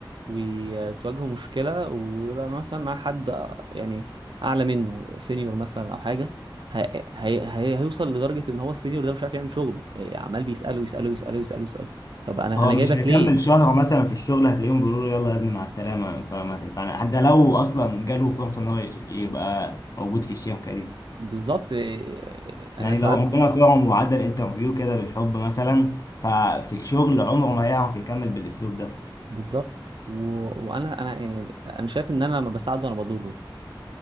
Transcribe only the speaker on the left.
هو
مش
هيكمل
شهر مثلا في الشغل هتلاقيهم بيقولوا له يلا يا ابني مع السلامة فما تنفعنا حتى لو اصلا جاله فرصة ان هو يش- يبقى موجود في الشركة دي
يعني
لو ربنا كرمه وعدى الانترفيو كده بالحب مثلا ففي الشغل عمره ما هيعرف يكمل بالاسلوب ده